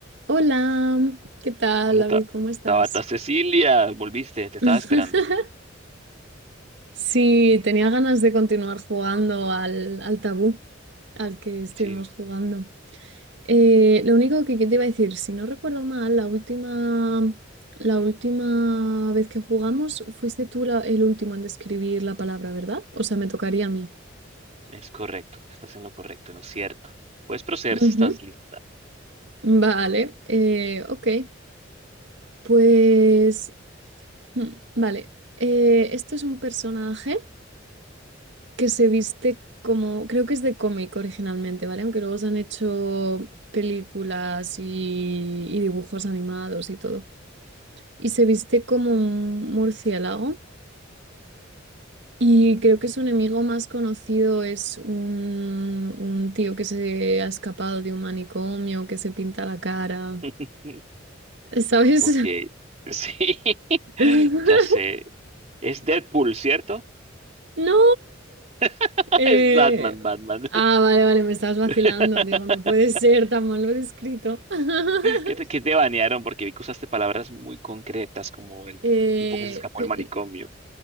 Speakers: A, on the right; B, on the right.
A: Hola, ¿qué tal,
B: Hola,
A: David?
B: Ta-
A: ¿Cómo estás?
B: Tabata Cecilia, volviste, te estaba
A: <laughs>
B: esperando.
A: Sí, tenía ganas de continuar jugando al, al tabú al que estuvimos
B: Sí,
A: jugando. Eh, lo único que que te iba a decir, si no recuerdo mal, la última, la última vez que jugamos fuiste tú la- el último en describir la palabra, ¿verdad? O sea, me tocaría a mí.
B: es correcto, estás en lo correcto, ¿no es cierto? Puedes proceder
A: Ujú.
B: si estás lista.
A: Vale, eh, ok. Pues, hmm, vale. Eh, esto es un personaje. que se viste como, creo que es de cómic originalmente, ¿vale? Aunque luego se han hecho películas y, y dibujos animados y todo. Y se viste como un murciélago. Y
B: Ujú.
A: creo que su enemigo más conocido es un, un tío que se ha escapado de un manicomio, que se pinta la cara.
B: <laughs>
A: ¿Sabes?
B: Ok, sí, <laughs>
A: <laughs>
B: ya sé. Es Deadpool, ¿cierto?
A: ¡No!
B: <laughs>
A: Eh,
B: Es Batman, Batman.
A: Ah, vale, vale, me estabas vacilando.
B: <laughs>
A: Digo, no puede ser tan mal lo descrito. <laughs>
B: ¿Qué te, qué te banearon? Porque vi que usaste palabras muy concretas como el
A: Eh,
B: tipo que se escapó
A: pe-
B: del manicomio.